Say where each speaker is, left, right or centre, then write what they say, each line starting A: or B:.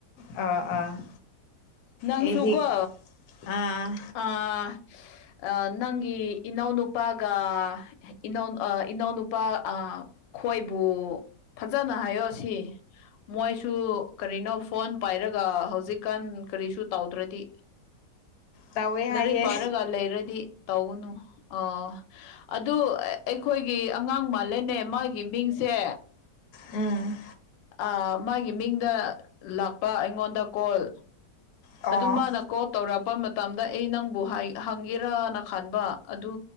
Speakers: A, on the left; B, on the left.
A: ꯑꯥ ꯑꯥ
B: ꯅꯪꯁꯨ
A: ꯑꯩꯗꯤ
B: ꯀꯣ
A: ꯑꯥ
B: ꯑ ꯑ ꯅꯪꯒꯤ ꯏꯅꯧꯅꯨꯄꯥꯒ ꯏꯅꯧ ꯑ ꯏꯅꯧꯅꯨꯄꯥ ꯑ ꯈꯣꯏꯕꯨ ꯐꯖꯅ ꯍꯥꯏꯌꯣ ꯁꯤ ꯃꯣꯏꯁꯨ ꯀꯔꯤꯅꯣ ꯐꯣꯟ ꯄꯥꯏꯔꯒ ꯍꯧꯖꯤꯛꯀꯥꯟ ꯀꯔꯤꯁꯨ ꯇꯧꯗ꯭ꯔꯗꯤ
A: ꯇꯧꯋꯦ ꯍꯥꯏꯌꯦ
B: ꯂꯥꯏꯔꯤꯛ ꯄꯥꯔꯒ ꯂꯩꯔꯗꯤ ꯇꯧꯒꯅꯨ ꯑ ꯑꯗꯨ ꯑꯩꯈꯣꯏꯒꯤ ꯑꯉꯥꯡ ꯃꯥꯜꯂꯦꯅꯦ ꯃꯥꯒꯤ ꯃꯤꯡꯁꯦ
A: ꯎꯝ
B: ꯑ ꯃꯥꯒꯤ ꯃꯤꯡꯗ ꯂꯥꯛꯄ ꯑꯩꯉꯣꯟꯗ ꯀꯣꯜ
A: ꯑꯣ
B: ꯑꯗꯨ ꯃꯥꯅ ꯀꯣꯜ ꯇꯧꯔꯛꯄ ꯃꯇꯝꯗ ꯑꯩ ꯅꯪꯕꯨ ꯍꯥ ꯍꯪꯒꯦꯔꯅ ꯈꯟꯕ ꯑꯗꯨ